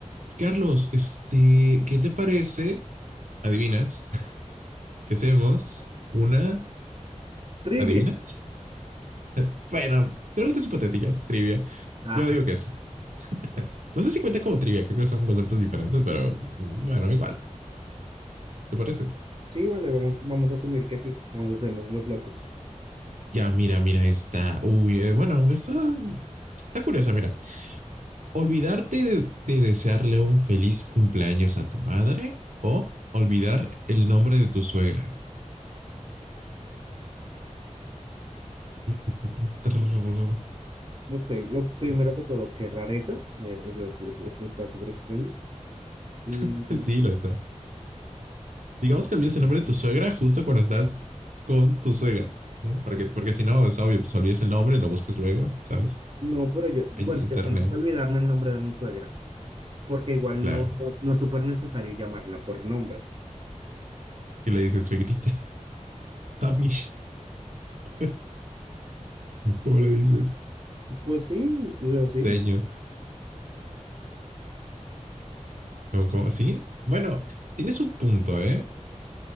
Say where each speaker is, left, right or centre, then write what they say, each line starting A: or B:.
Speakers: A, on the right; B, on the right.
A: Y Carlos, este, ¿qué te parece? ¿Adivinas? <laughs> Si hacemos una,
B: Trivia.
A: ¿adivinas? <laughs> Bueno, preguntas hipotéticas, trivia.
B: Ah,
A: Yo digo que eso. <laughs> No sé si cuenta como trivia, creo que son conceptos diferentes, pero mm, bueno, igual, ¿te parece?
B: sí, vale, vamos, vamos a asumir que sí. Vamos a hacernos los locos.
A: Ya, mira, mira esta. Uy, eh, bueno, está, está curiosa, mira. Olvidarte de, de desearle un feliz cumpleaños a tu madre o olvidar el nombre de tu suegra. <laughs> Mm, mm, mm, trrr,
B: Ok, lo primero
A: trrr.
B: que todo, qué rareza. eh, o sea, es- es- eso está súper extraño. Y
A: <laughs> Sí, lo está. digamos que olvides el nombre de tu suegra justo cuando estás con tu suegra, ¿sí? Porque, porque si no, es obvio, pues olvides el nombre, y lo buscas luego, ¿sabes?
B: no, pero yo, bueno,
A: En internet,
B: yo siento que olvidarme el nombre de mi suegra, porque igual
A: claro.
B: no, no, no es súper necesario llamarla por nombre.
A: ¿Qué le dices, suegrita? A mí. <laughs> ¿Cómo le dices?
B: Pues sí, o sea, sí,
A: Seño. ¿Cómo, cómo? ¿Sí? Bueno, tienes un punto, ¿eh?